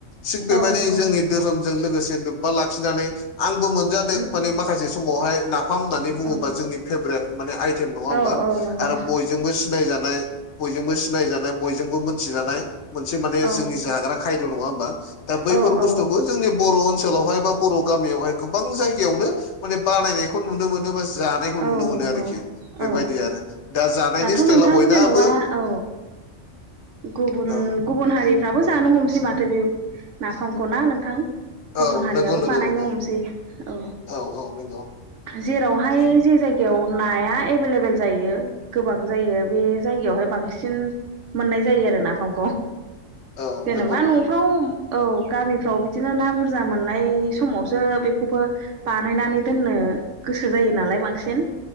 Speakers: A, on the left; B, on the right.
A: थिक बेबायदि
B: औ नंगौ
A: जोंनि धोरोमजों लोगोसे लोब्बा लाखिनानै आंबो मोनजादों
B: उम
A: माने माखासे समावहाय नाफाम होननानै बुङोबा
B: औ
A: जोंनि फेबरेत माने आयथेम नङा होमबा
B: औ औ नंगौ
A: आरो बय जोंबो सिनाय जानाय बयजोंबो सिनाय जानाय बयजोंबो मोनथि जानाय मोनसे माने
B: औ
A: जोंनि जाग्रा खायद' नङा होमबा दा बैफोर
B: औ
A: बुस
B: औ
A: जोंनि बर' ओनसोलावहाय बा बर' गामियावहाय गोबां जायगायावनो माने बानायनायखौ नुनो मो नोबा जानायखौ
B: औ
A: नुनो मोनो
B: नंगौ
A: आरोखि बेबायदि
B: औ
A: आरो दा जानायनि
B: दाथ'
A: स्टाइला
B: नोंथां
A: बयनाबो
B: जेन'बा औ गुबुन
A: औ
B: गुबुन हारिफ्राबो जानो हमसै माथो बे नाफामखौ ना नोंथां
A: औ
B: गुबुन हारियाबो
A: नंगौ नंगौ
B: बानायनो
A: नंगौ
B: हमसै औ
A: औ औ नोंगौ
B: जेराव
A: <unintelligible>
B: जे जायगायाव नाया एभेलेबेल जायो गोबां जायो बे जायगायावहाय बांसिन मोननाय जायो आरो नाफामखौ
A: औ
B: जेनेबा
A: नंगौ नंगौ
B: न'फ्राव औ गामिफ्राव बिदिनो ना बुरजा मोननाय समावसो बेखौबो बानायनानै दोननो गोसो जायो नालाय बांसिन